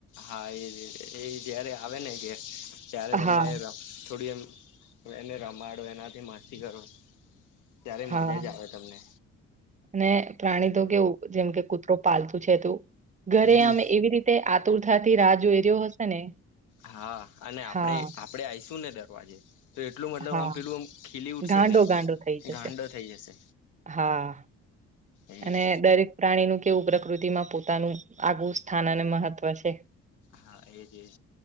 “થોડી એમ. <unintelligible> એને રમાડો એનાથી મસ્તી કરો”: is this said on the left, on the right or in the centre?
Left